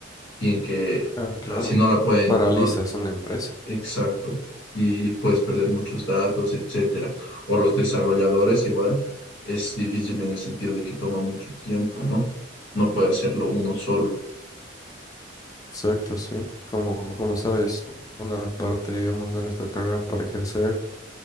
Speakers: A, on the left; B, on the left.
A: y que
B: Ah, claro.
A: así no la pueden,
B: Paraliza,
A: no,
B: es una empresa.
A: exacto, y puedes perder muchos datos, etcétera. O los desarrolladores igual, es difícil en el sentido de que toma mucho tiempo, ¿no? No puede hacerlo uno solo.
B: Exacto, sí. Como, como sabes, una parte, digamos, de nuestra carrera para ejercer